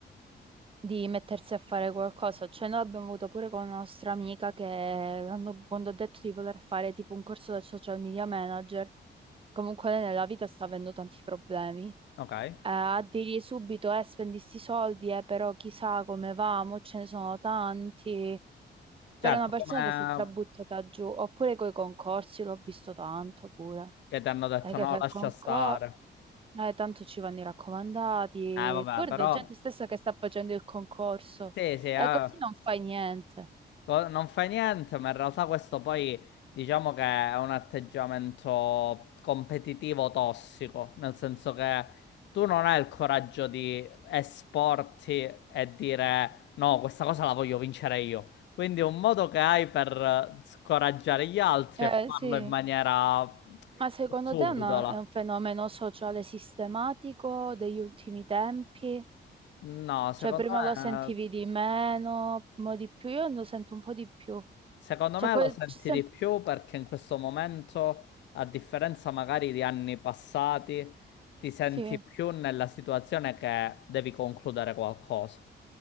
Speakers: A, on the right; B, on the left.
A: di mettersi a fare qualcosa. Cioè, noi abbiamo avuto pure con una nostra amica che l'hanno- quando ha detto di voler fare tipo un corso da social media manager, comunque lei nella vita sta avendo tanti problemi.
B: ok?
A: Eh, a dirgli subito, eh, spendi sti soldi, eh, però chissà come va, mo ce ne sono tanti. Per
B: Certo,
A: una persona
B: come
A: che si è già buttata giù, oppure coi concorsi, l'ho visto tanto pure.
B: Cioè, ti hanno detto
A: È che
B: no,
A: fai
B: lascia
A: il concorso.
B: stare.
A: Eh, tanto ci vanno i raccomandati.
B: Eh, vabbè,
A: Guarda,
B: però
A: gente stessa che sta facendo il concorso.
B: sì, sì, eh,
A: Eh, così non fai niente.
B: co- non fai niente, ma in realtà questo poi diciamo che è un atteggiamento competitivo tossico, nel senso che tu non hai il coraggio di esporti e dire no, questa cosa la voglio vincere io. Quindi un modo che hai per eh, scoraggiare gli altri
A: Eh,
B: è farlo
A: sì.
B: in maniera
A: Ma secondo
B: subdola.
A: te è, una- è un fenomeno sociale sistematico degli ultimi tempi?
B: No, secondo
A: Cioè, prima
B: me
A: lo sentivi di meno, mo di più, io lo sento un po' di più.
B: Secondo
A: Cioè,
B: me
A: quel-
B: lo senti
A: c'è sem-
B: di più perché in questo momento, a differenza magari di anni passati, ti senti
A: sì,
B: più nella situazione che devi concludere qualcosa.